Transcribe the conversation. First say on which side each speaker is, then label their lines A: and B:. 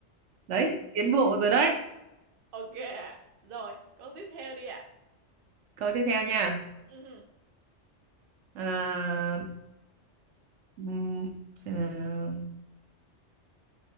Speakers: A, on the right; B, on the right.
A: đấy tiến bộ rồi đấy
B: ok ạ. rồi câu tiếp theo đi ạ
A: câu tiếp theo nha
B: Ừ,
A: à, ừm, xem nào.